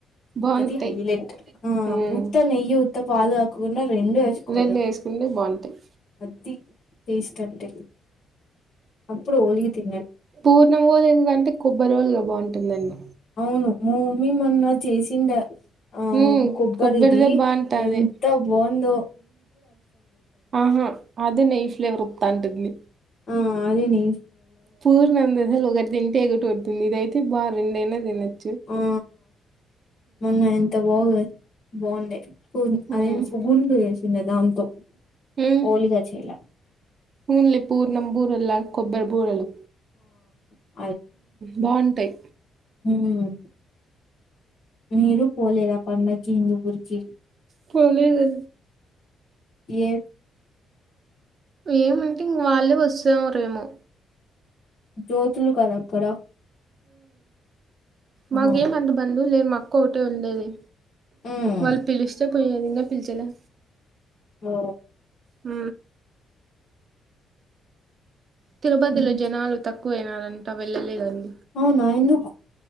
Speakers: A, on the right; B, on the left.
A: బాగుంటాయి.
B: అది హైలైట్ ఆ
A: హ్మ్
B: ఉత్త నెయ్యి ఉత్త పాలు కాకుం రెండు వేసుకోవల
A: రెండు వేసుకుంటే బాగుంటాయి.
B: అది టేస్ట్ అంటే అప్పుడు ఓలిగి తిన్న
A: పూర్ణమ్ ఒలిగాలకంటే ఎందుకంటే కొబ్బరి ఒలిగలే బాగుంటుందండి
B: ఉమ్ మా మమ్మీ మొన్న చేసిండా ఆ
A: హ్మ్
B: కొబ్బరి
A: కొబ్బరిదే
B: ది
A: బాగుంటాది.
B: ఎంత బాన్ ను
A: ఆహా అది నెయ్యి ఫ్లేవర్ ఇప్తాంటది
B: ఆ అదే న
A: పూర్ణ అందది ఒకట్ తిన్ ఎగటావుతుంది ఇది అయితే బా రెండు అయినా తినచ్చది
B: ఆ మొన్న ఎంత బాగున్నాయ్ బాగుండే అదే
A: ఉమ్,
B: న్ సుగుంఉండు చేస్ న్నదాన్ తో
A: ఉమ్.
B: ఓలిగా చేలా
A: ఓన్లీ పోర్న్నంబూర్ లాగ కొబ్బరీ బూరలమ్
B: ఆ
A: బాగుంటాయి
B: ఉమ్ మీరు పోలేదు ఆ పండుగకి హిందుూపు రికి
A: పోలేదు
B: ఏ
A: ఏమంటే ఇంగ వాళ్ళే వస్తే వరేమో
B: జోతులు కదా అక్కడ
A: మగేమంది
B: ఆహా.
A: బందుఉల్ లే మాక్క ఓ ఉండేది
B: ఉమ్.
A: వాళ్ పిలిస్తే లేదు ఇంగ పిల్చలే
B: ఓ
A: అ తిరుపతిలో
B: ఉమ్.
A: జనాలు తక్కువయినారా ఇంకా వెళ్ళలేదది
B: అవునా ఎందుకు